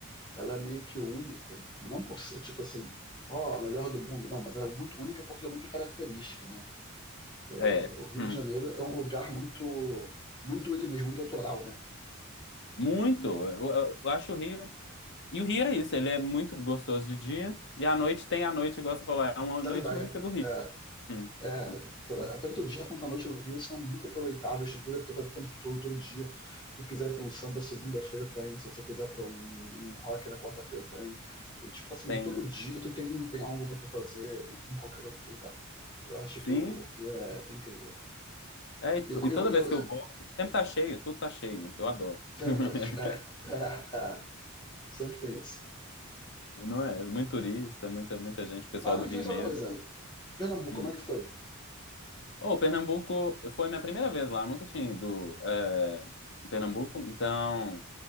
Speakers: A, on the left; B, on the left.
A: Ela é meio que única, não por ser, tipo assim, ó, a melhor do mundo, não, mas ela é muito única porque ela é muito característica, né? É,
B: é,
A: o Rio
B: hum,
A: de Janeiro é um lugar muito, muito ele mesmo, muito autoral, né?
B: muito. Eu, eu- eu acho o Rio. E o Rio é isso, ele é muito gostoso de dia, e à noite tem a noite, igual você falou, é uma
A: Também.
B: noite única do Rio.
A: É,
B: Hum.
A: é, t-
B: Hum.
A: tanto o dia quanto a noite no Rio são muito aproveitáveis, tem coisa pra tu fazer o tempo todo, todo dia. Se tu quiser ir pra um samba segunda-feira tem, se você quiser pra um, um rock na quarta-feira tem. E, tipo assim,
B: Tem,
A: todo
B: né?
A: dia tu tem, tem algo pra tu fazer em em qualquer outro lugar. Eu acho
B: Sim.
A: que o, Rio é incrível.
B: É, e, to-
A: eu,
B: e
A: eu-
B: toda vez
A: eu
B: que eu vou, sempre tá cheio, tudo tá cheio. Eu adoro.
A: sempre
B: <laughs>
A: acho, é, <laughs> é, é, sempre tem isso.
B: Não é? Muito turista, muita, muita gente, pessoal
A: Mas
B: do
A: me diz
B: Rio
A: uma
B: mesmo.
A: coisa, Pernambuco,
B: Hum.
A: como é que foi?
B: Oh, Pernambuco foi minha primeira vez lá, eu nunca tinha ido é, em Pernambuco, então